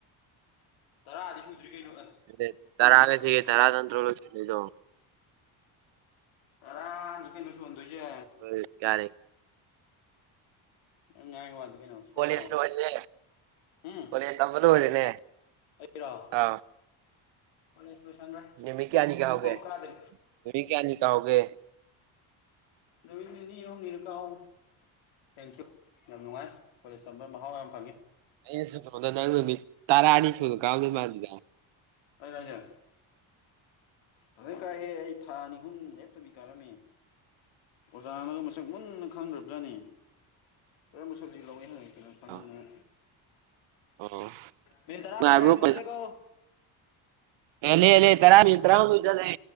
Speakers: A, on the left (about 80°); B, on the right (about 70°).
A: ꯇꯔꯥꯗꯤ ꯁꯨꯗ꯭ꯔꯤ ꯀꯩꯅꯣ ꯑꯦ
B: ꯃꯤꯅꯤꯠ ꯇꯔꯥꯒ ꯁꯤꯒ ꯇꯔꯥ ꯅꯠꯇ꯭ꯔꯣ ꯂꯣꯏꯁꯤꯟꯗꯣꯏꯗꯣ
A: ꯇꯔꯥ ꯅꯤꯀꯩꯅꫭ ꯁꯨꯍꯟꯗꯨꯏꯁꯦ
B: ꯍꯣꯏ ꯌꯥꯔꯦ
A: ꯅꯪ ꯉꯥꯡꯉꯥ ꯋꯥꯗꫭ ꯀꯩꯅꯣ ꯁꯣꯏꯗ꯭ꯔꯣ
B: ꯀꯣꯂꯦꯖ ꯂꯣꯏꯔꯦ
A: ꯎꯝ
B: ꯀꯣꯂꯦꯖ ꯇꯝꯕ ꯂꯣꯏꯔꯦꯅꯦ
A: ꯑꯩꯔꫭ
B: ꯑꯥ
A: ꯀꯣꯂꯦꯖ ꯁꯂꫭꯏꯁꯟꯒ꯭ꯔꯦ
B: ꯅꯨꯃꯤꯠ ꯀꯌꯥꯅꯤ ꯀꯥꯍꯧꯒꯦ
A: ꯑꯃꯨꯛ ꯐꯥꯎ ꯀꯥꯗꯦ
B: ꯅꯨꯃꯤꯠ ꯀꯌꯥꯅꯤ ꯀꯥꯍꯧꯒꯦ
A: ꯅꯨꯃꯤꯠ ꯅꯤꯅꯤꯔ ꯍꯨꯝꯅꯤꯔ ꯀꯥꯍꯧꯋꯤ ꯊꯦꯡꯀ꯭ꯌꯨ ꯌꯥꯝ ꯅꯨꯡꯉꯥꯏ ꯀꯣꯂꯦꯖ ꯇꯝꯕ ꯃꯍꯥꯎ ꯃꯌꯥꯝ ꯐꯪꯉꯤ
B: ꯑꯩ ꯁꯨꯝ ꯈꯟꯕꯗ ꯅꯪ ꯅꯨꯃꯤꯠ ꯇꯔꯥꯅꯤ ꯁꯨꯅ ꯀꯥꯔꯝꯗꯣꯏ ꯃꯥꯟꯗꯤꯗ
A: ꯑꯩꯔꯥ ꯍꯣꯏꯖꯦ ꯐꯖꯅ ꯀꯥꯏꯍꯦ ꯑꯩ ꯊꯥ ꯑꯅꯤ ꯍꯨꯝ ꯂꯦꯞꯇꯕꯤ ꯀꯥꯔꯝꯃꯤ ꯑꯣꯖꯥꯅꯒ ꯃꯁꯛ ꯃꯨꯟꯅ ꯈꯪꯗ꯭ꯔꯕꯖꯥꯠꯅꯤ ꯀꯔꯝꯕ ꯁꯕꯖꯦꯛ ꯂꯧꯏꯅ ꯍꯪꯉꯛꯏꯗꯅꯣ ꯈꯪꯃꯟꯗꯅ
B: ꯑꯥ ꯑꯣ
A: ꯃꯤꯅꯤꯠ ꯇꯔꯥ
B: ꯅꯨꯡꯉꯥꯏꯕ꯭ꯔꯣ
A: ꯐꯥꯔꯦ ꯃꯨꯊꯠꯂꯦꯀꯣ
B: ꯍꯦꯜꯂꯦ ꯍꯦꯜꯂꯦ ꯇꯔꯥ ꯃꯤꯅꯤꯠ ꯇꯔꯥꯃꯥꯊꫭꯏ ꯆꯠꯂꯦ